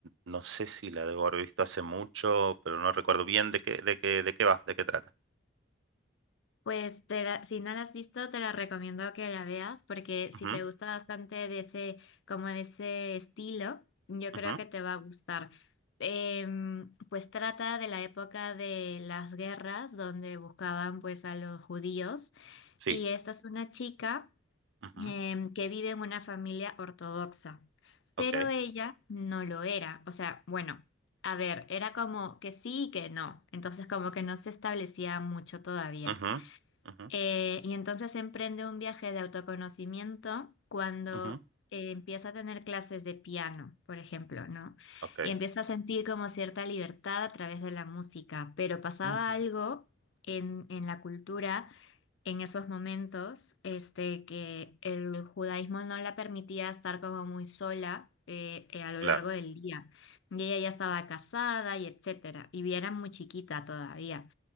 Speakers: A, on the right; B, on the left.
A: No sé si la debo haber visto hace mucho, pero no recuerdo bien de qué, de qué, de qué va, de qué trata.
B: Pues te la- si no la has visto, te la recomiendo que la veas porque
A: Ujú,
B: si te gusta bastante de ese, como de ese estilo, yo
A: ujú,
B: creo que te va a gustar. Em, pues trata de la época de las guerras donde buscaban pues a los judíos
A: Sí.
B: Y esta es una chica
A: ujú,
B: em, que vive en una familia ortodoxa,
A: Ok.
B: pero ella no lo era. O sea, bueno, a ver, era como que sí y que no. Entonces como que no se establecía mucho todavía.
A: ujú, ujú,
B: Eh, y entonces emprende un viaje de autoconocimiento cuando
A: ujú,
B: eh, empieza a tener clases de piano, por ejemplo, ¿no?
A: Ok.
B: Y empieza a sentir como cierta libertad a través de la música, pero pasaba
A: ujú,
B: algo en en la cultura en esos momentos, este, que el judaísmo no la permitía estar como muy sola eh, eh, a lo
A: Claro.
B: largo del día. Y ella ya estaba casada y etcétera, y era muy chiquita todavía.